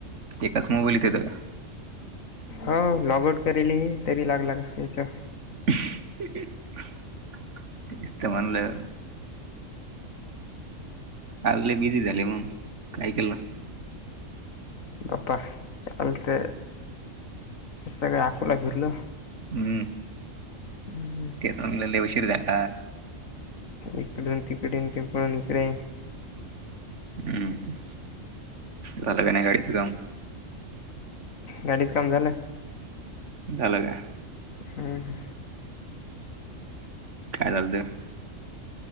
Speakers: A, on the right; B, on the left.
A: एकाच मोबाईल इथं आहे दादा.
B: हो लॉगआउट करेल हे तरी लागला नसेल याच्यावर.
A: <unintelligible> तेच त म्हणल. काल लय बिझी झाली मग काय केलं.
B: बाप्पा काल तं सगळं अकोला फिरलो.
A: हम्म,
B: ह हम,
A: तेच आणलं लय उशीर झाला.
B: इकडून तिकडे तिकडून इकडे
A: हम्म हम, झालं का नाही गाडीचं काम?
B: गाडीच काम झालं?
A: झाल का?
B: हम्.
A: काय झालत?